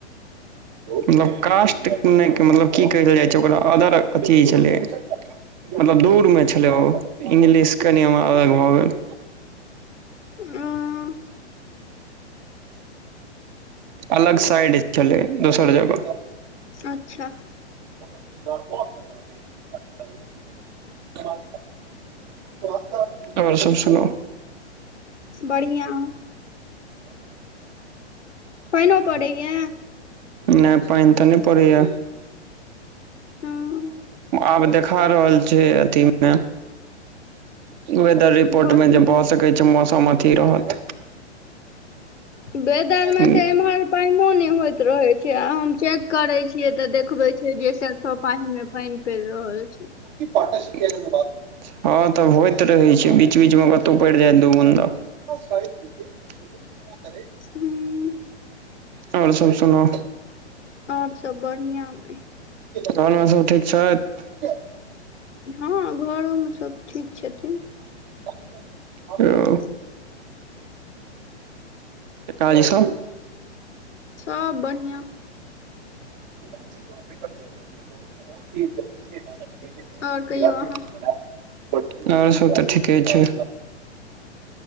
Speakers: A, on the right; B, on the left.
A: मतलब कास्ट नहि मतलब की कहल जाइ छै ओकरा अदर अथी छलै मतलब दूरमे छलै ओ इंग्लिश कनि हमरा अलग भऽ गेल
B: आं
A: अलग साइड छलै दोसर जगह
B: अच्छा
A: <unintelligible> और सब सुनाउ
B: बढ़िया पाइनो परैय
A: नहि पानि तऽ नहि पड़ैया
B: हँ
A: आब देखा रहल छै अथी मे वेदर रिपोर्ट
B: कथी
A: मे जे भऽ सकैत छै मौसम अथी रहत
B: वेदर
A: ठीक
B: इम्हर पाइनो नै होयत रहे छै आ हम चेक करे छियै तऽ देखबे छै जे सरसो पाहि मे पानि पड़ रहल छै
A: <unintelligible> हँ तऽ होइत रहै छै बीच बीचमे कतहु पड़ि जायत दू बून्दा <unintelligible>
B: हूँ
A: आओर सब सुना
B: आओर सब बढ़िआँ अइ
A: घरमे सभ ठीक छथि
B: हँ घरोमे सभ ठीक छथिन
A: ओ
B: <inaudible>
A: ऐतै ई सब
B: सब बढ़िआ
A: <unintelligible>
B: आओर कहियौ अहाँ
A: और सब तऽ ठीके छै